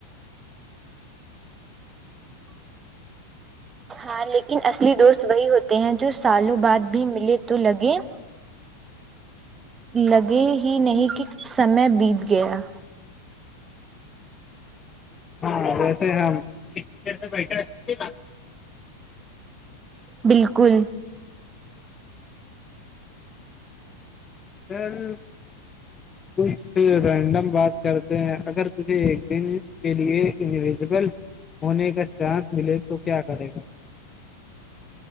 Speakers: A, on the right; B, on the left.
A: ہاں لیکن اصلی دوست وہی ہوتے ہیں جو سالوں بعد بھی ملے تو لگے لگے ہی نہیں کہ سمے بیت گیا
B: ہاں ویسے ہم <unintelligible>
A: بالکل
B: پھر کچھ رینڈم بات کرتے ہیں اگر تجھے ایک دن کے لیے انوزیبل ہونے کا چانس ملے تو کیا کرے گا